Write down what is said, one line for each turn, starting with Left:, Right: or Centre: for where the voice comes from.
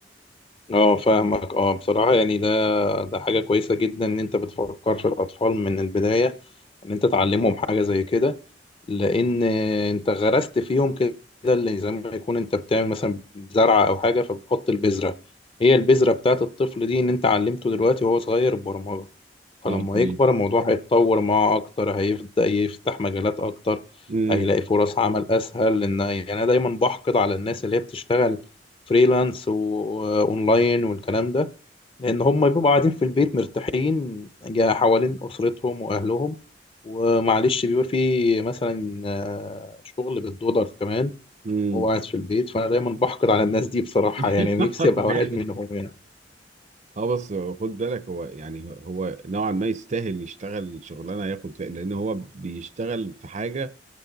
Left: اه فاهمك اه بصراحة يعني ده ده حاجة كويسة جدا ان انت بتفكر في الاطفال من البداية ان انت تعلمهم حاجه زي كده لان انت غرست فيهم كده اللي زي ما يكون انت بتعمل مثلا زرعه او حاجه فبتحط البذره هي البذره بتاعت الطفل دي ان انت علمته دلوقتي وهو صغير البرمجه فلما
Right: اه تمام
Left: يكبر الموضوع هيتطور معاه اكتر هيبدا يفتح مجالات اكتر
Right: امم
Left: هيلاقي فرص عمل اسهل لان يعني انا دايما بحقد على الناس اللي هي بتشتغل فريلانس واونلاين والكلام ده لان هم بيبقوا قاعدين في البيت مرتاحين جا- حوالين اسرتهم واهلهم ومعلش بيبقى في مثلا آه، شغل بالدولار كمان
Right: امم
Left: وهو قاعد في البيت فانا دايما بحقد على الناس دي بصراحه
Right: <laughs>
Left: يعني نفسي ابقى واحد منهم يعني
Right: اه بس خد بالك هو يعني هو نوعا ما يستاهل يشتغل شغلانه ياخد فيها لان هو بيشتغل في حاجه